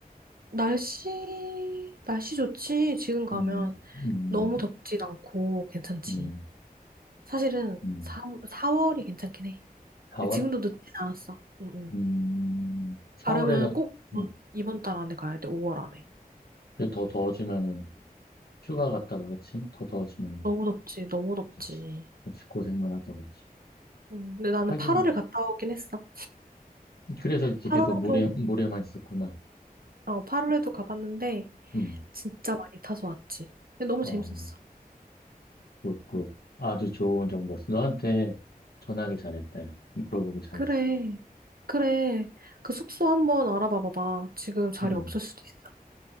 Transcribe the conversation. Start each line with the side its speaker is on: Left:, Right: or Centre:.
Right: 날씨, 날씨 좋지? 지금 가면
Left: 음, 음,
Right: 너무 덥진 않고 괜찮지.
Left: 음,
Right: 사실은
Left: 음.
Right: 3, 4월이 괜찮긴 해.
Left: 4월?
Right: 근데 지금도 늦진 않았어. 응, 응.
Left: 음, 4월에는,
Right: 가려면 꼭 이번,
Left: 음,
Right: 이번 달 안에 가야 돼, 5월 안에.
Left: 근데 더 더워지면은, 휴가 갔다 그렇지? 더 더워지면.
Right: 너무 덥지, 너무 덥지.
Left: 그치. 그치. 고생만 하다 오지.
Right: 음, 근데 나는
Left: 하긴,
Right: 8월에 갔다 오긴 했어.
Left: 그래서 이렇게
Right: 8월에도,
Left: 계속 모래, 모래만 있었구나.
Right: 어, 8월에도 가봤는데,
Left: 음,
Right: 진짜 많이 타서 왔지. 근데 너무
Left: 어,
Right: 재밌었어.
Left: 굿, 굿. 아주 좋은 정보였어. 너한테 전화하길 잘했다. 야. 물어보길 잘했어.
Right: 그래, 그래. 그 숙소 한번 알아봐 봐봐. 지금 자리
Left: 음,
Right: 없을 수도 있어.